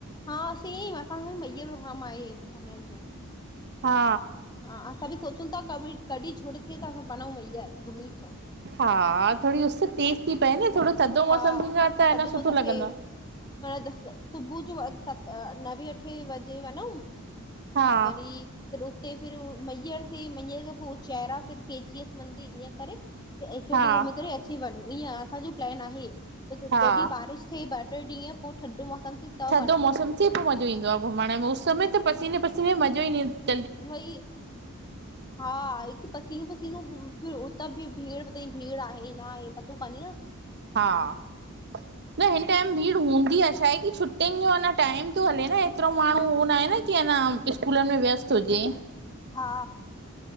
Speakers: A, on the left; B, on the right.
A: हा असीं असांजो मैई मे पोग्राम आहे हुन जो।
B: हा
A: हा असां बि सोचूं था कड- कॾहिं छोड ठीकु आ् वञऊूं भैया घुमी अचूं।
B: हा थोरी उस तेज़ थी पए न थोरो
A: ॾ
B: थधो
A: हा
B: मौसम थींदो आहे त अञा
A: कध
B: सुठो
A: मदन
B: लॻंदो
A: ते
B: आहे
A: डिसु सुबुह जो नवे अठे बजे वञऊ।
B: हा
A: वरी फिर उते फिर मैहर ते मैहर पोइ चेरा फ़िर केजी मंदी ईअं करे हिकु
B: हा
A: ॾीहुं निकरी करे अची वञ। ईअं असांजो प्लैन आहे जॾहि
B: हा
A: बारिश थिए ॿ टे ॾीहं पोइ ठडो मौसम थे त
B: थधो
A: वञो।
B: मौसम पोइ मज़ो ईंदो आहे घुमण में उस में त पसीने पसीने मज़ो ईं न इंदो।
A: भई हा हिकु पसीनो पसीनो, त भी भीड़ पए त भीड़ आहे न आहे त पतो काने न
B: हा, न हिन टाइम भीड़ हूंदी आहे छा आहे कि छुटियुनि जो टाइम थो हले हेएतिरो माण्हू आहे। की न स्कूलनि में वियस्त हुजे
A: हा